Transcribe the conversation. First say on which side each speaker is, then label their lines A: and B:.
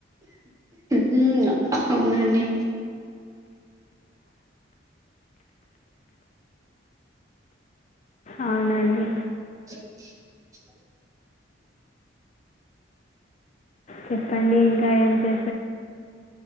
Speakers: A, on the right; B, on the left.
A: హ్మ్ అవునండి
B: అవునండి
A: <inaudible>
B: చెప్పండి ఇంక ఏం చే